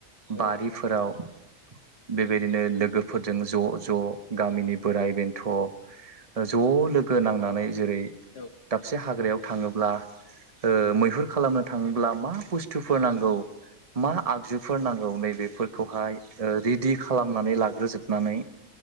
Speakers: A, on the left; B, on the right.
A: औ
B: बारिफोराव
A: नोंथां
B: बेबायदिनो लोगोफोरजों ज' - ज' गामिनि बोराय- बेन्थ' ज' लोगो नांनानै जेरै
A: औ
B: दाबसे हाग्रायाव थाङोब्ला ओ मैहुर खालामनो थाङोब्ला मा बुस्थुफोर नांगौ मा आगजुफोर नांगौ नैबेफोर खौहाय ओ रेडि खालामनानै लाग्रोजोबनानै